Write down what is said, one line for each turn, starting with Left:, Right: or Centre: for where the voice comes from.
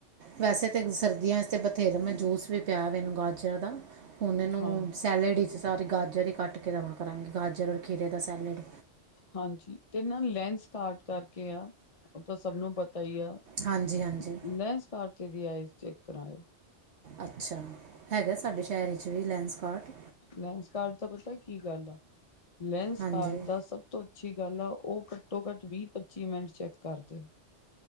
Right: ਵੈਸੇ ਤਾਂ ਸਰਦੀਆਂ ਚ ਤੇ ਬਥੇਰਾ ਮੈਂ ਜੂਸ ਵੀ ਪਿਆਇਆ ਇਹਨੂੰ ਗਾਜਰ ਦਾ ਹੁਣ ਇਹਨੂੰ
Left: ਹਾਂ।
Right: ਸੈਲਡ ਵਿੱਚ ਸਾਰੀ ਗਾਜਰ ਹੀ ਕੱਟ ਕੇ ਦੇਵਾਂ ਕਰਾਂਗੀ ਗਾਜਰ ਔਰ ਖੀਰੇ ਦਾ ਸੈਲਡ।
Left: ਹਾਂਜੀ ਤੇ ਨਾ ਲੈਂਸ ਕਾਰਟ ਕਰਕੇ ਆ ਉਹ ਤਾਂ ਸਭ ਨੂੰ ਪਤਾ ਹੀ ਆ।
Right: ਹਾਂਜੀ ਹਾਂਜੀ
Left: ਲੈਂਸ ਕਾਰਟ ਤੇ ਵੀ ਆਇਜ਼ ਚੈੱਕ ਕਰਾ ਆਇਓ।
Right: ਅੱਛਾ ਹੈਗਾ ਐ ਸਾਡੇ ਸ਼ਹਿਰ ਵਿੱਚ ਵੀ ਲੈਂਸਕਾਰਟ।
Left: ਲੈਂਸਕਾਰਟ ਦਾ ਪਤਾ ਕੀ ਗੱਲ ਆ? ਲੈਂਸਕਾਰਟ
Right: ਹਾਂਜੀ
Left: ਦਾ ਸਭ ਸਭ ਤੋਂ ਅੱਛੀ ਗੱਲ ਆ। ਉਹ ਘੱਟੋ ਘੱਟ ਵੀਹ ਪੱਚੀ ਮਿੰਟ ਚੈੱਕ ਕਰਦੇ।